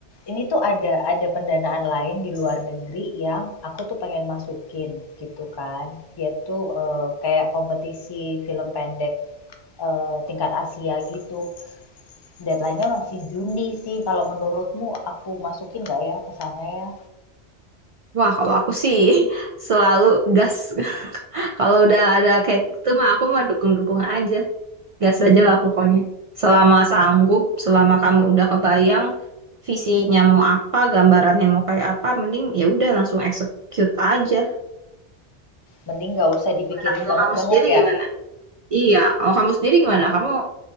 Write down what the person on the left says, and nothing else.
ini tuh ada ada pendanaan lain di luar negeri yang aku tuh pengen masukin gitu kan dia tuh eh, kayak kompetisi film pendek eh, tingkat Asia gitu Deadline-nya masih Juni sih. Kalau menurutmu aku masukin nggak ya ke sana ya?
Mending nggak usah dipikirin
banget-banget
ya.